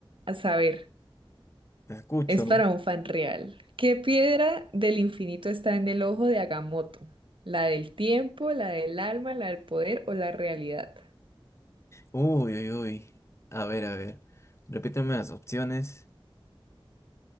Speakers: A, on the right; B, on the left.
A: a saber.
B: te escucho.
A: Es para un fan real. ¿Qué piedra del infinito está en el ojo de Agamotto? ¿La del tiempo, la del alma, la del poder o la realidad?
B: Uy, uy, uy. A ver, a ver. Repíteme las opciones.